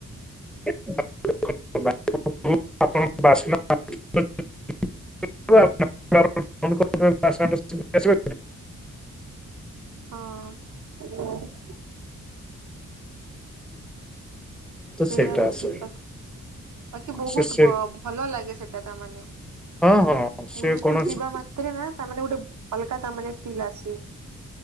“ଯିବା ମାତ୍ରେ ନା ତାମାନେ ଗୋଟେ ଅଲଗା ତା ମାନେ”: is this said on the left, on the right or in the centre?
Right